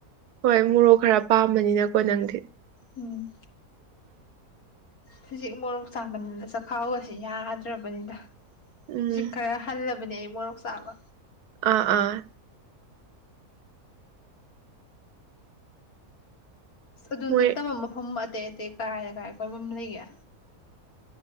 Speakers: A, on the right; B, on the left.
A: ꯍꯣꯏ ꯃꯣꯔꯣꯛ ꯈꯔ ꯄꯥꯝꯕꯅꯤꯅꯀꯣ ꯅꯪꯗꯤ
B: ꯎꯝ ꯍꯧꯖꯤꯛ ꯃꯣꯔꯣꯛ ꯆꯥꯃꯟꯗꯅ ꯆꯥꯛꯈꯥꯎꯁꯤ ꯌꯥꯗ꯭ꯔꯕꯅꯤꯅ
A: ꯎꯝ
B: ꯍꯧꯖꯤꯛ ꯈꯔ ꯍꯜꯂ ꯍꯥꯏꯕꯅꯦ ꯑꯩ ꯃꯣꯔꯣꯛ ꯆꯥꯕ
A: ꯑꯥ ꯑꯥ
B: ꯑꯗꯨ
A: ꯃꯣꯏ
B: ꯅꯠꯇꯕ ꯃꯐꯝ ꯑꯇꯩ ꯑꯇꯩ ꯀꯥꯏ ꯀꯥꯏ ꯀꯣꯏꯕꯝ ꯂꯩꯒꯦ